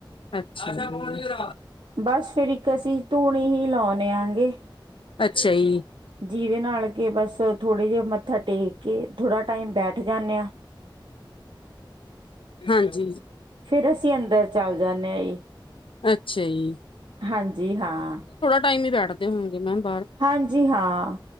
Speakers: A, on the left; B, on the right.
A: ਅੱਛਾ ਮੈਂ <inaudible>
B: ਬਸ ਫਿਰ, ਇੱਕ ਅਸੀਂ ਧੂਣੀ ਹੀ ਲਾਓਨਿਆਂਗੇ।
A: ਅੱਛਾ ਜੀ।
B: ਜੀਹਦੇ ਨਾਲ ਕਿ ਬਸ ਥੋੜੇ ਜਿਹੇ ਮੱਥਾ ਟੇਕ ਕੇ, ਥੋੜ੍ਹਾ ਟਾਈਮ ਬੈਠ ਜਾਂਨੇ ਆਂ।
A: ਹਾਂਜੀ।
B: ਫਿਰ ਅਸੀਂ ਅੰਦਰ ਚੱਲ ਜਾਂਦੇ ਆਈ <inaudible>
A: ੱਛ। <unintelligible>
B: ਹਾਂਜੀ ਹਾਂ।
A: ਟਾਈਮ ਹੀ ਬੈਠਦੇ ਹੋਣਗੇ ਮੈਮ <unintelligible>
B: ਹਾਂਜੀ ਹਾਂ,